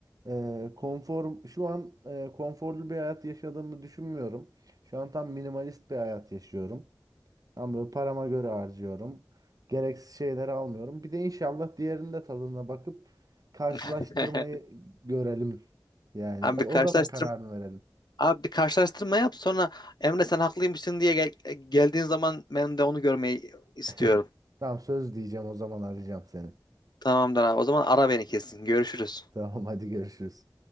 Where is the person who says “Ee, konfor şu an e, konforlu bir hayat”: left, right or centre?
Right